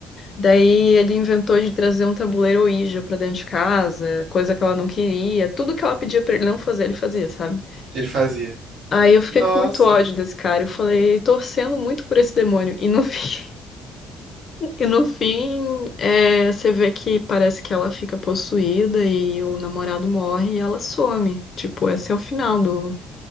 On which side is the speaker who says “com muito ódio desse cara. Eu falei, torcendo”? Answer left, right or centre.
Left